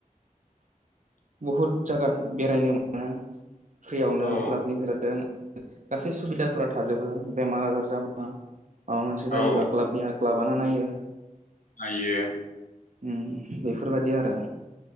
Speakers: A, on the right; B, on the left.
A: बुहुद जागा बेरायनो मोनो फ्रियावनो
B: औ
A: क्लाबनि <unintelligible> गासै सुबिदाफोरा थाजोबो बेमार आजार जाबोला माबा मोनसे
B: औ
A: जायोब्ला क्लाबनिया क्लाबानो नायो।
B: आयो।
A: उम बेफोरबादि आरो।